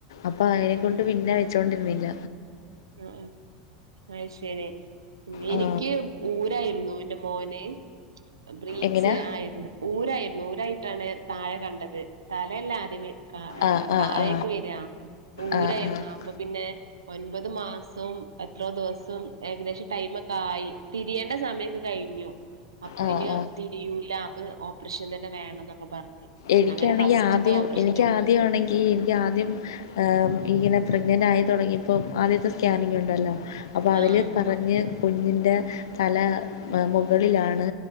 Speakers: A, on the left (about 70°); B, on the right (about 80°).
A: അപ്പോൾ അതിനെക്കൊണ്ട്
B: ആണോ
A: പിന്നെ വെച്ചുകൊണ്ടിരുന്നില്ല
B: ആഹ് ആഹ് അത് ശരി പിന്നെ
A: ആ
B: എനിക്ക് ഊരായിരുന്നു എന്റെ മോനെ ബ്രീച്ച്
A: എങ്ങനെയാ
B: ആയിരുന്നു. ഊരായിരുന്നു ഊരായിട്ടാണ് താഴെ കണ്ടത് തലയല്ല ആദ്യമേ കാ
A: ആ ആ
B: താഴേക്ക്
A: ആ
B: വരാ ഊരായിരുന്നു
A: ആ ആ
B: അപ്പൊ പിന്നെ ഒമ്പത് മാസവും എത്രോ ദിവസം ഏകദേശം ടൈമൊക്കെ ആയി തിരിയേണ്ട സമയൊക്കെ കഴിഞ്ഞു. അപ്പൊ
A: ആ
B: ഇനി
A: ആ
B: തിരിയൂല അപ്പ ഓപ്പറേഷൻ തന്നെ വേണം എന്നൊക്കെ പറഞ്ഞ്.
A: എനിക്കാണെങ്കിൽ
B: അങ്ങനെ ഫസ്റ്റ്ത്തെ
A: ആദ്യം
B: ഓപ്പറേഷൻ
A: എനിക്ക്
B: ചെയ്ത്
A: ആദ്യമാണെങ്കിൽ എനിക്ക് ആദ്യം ഉം ഇങ്ങനെ പ്രഗ്നൻ്റ് ആയി തുടങ്ങിയപ്പോം ആദ്യത്തെ സ്കാനിങ് ഉണ്ടല്ലോ അപ്പൊ
B: ആഹ്
A: അതില് പറഞ്ഞ് കുഞ്ഞിൻ്റെ തല മുകളിലാണ്